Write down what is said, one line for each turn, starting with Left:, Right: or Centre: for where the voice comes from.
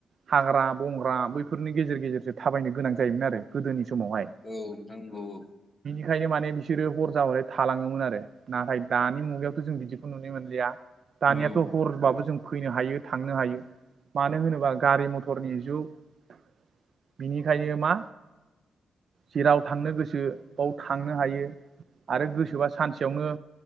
Right: हाग्रा बंग्रा बैफोरनि गेजेर गेजेरजों थाबायनो गोनां जायोमोन आरो गोदोनि समावहाय
Left: औ नोंथां नंगौ औ
Right: ओंखायनो माने बिसोरो हर जाबाथाय थालाङोमोन आरो नाथाय दानि मुगायावथ' जों बिदिखौ नुनो मोनलिया
Left: औ
Right: दानियाथ हरबाबो जों फैनो हायो थांनो हायो। मानो होनोबा गारि मथरनि जुग बिनिखायनो मा जेराव थांनो गोसो बाव थांनो हायो आरो गोसोबा सानसेयावनो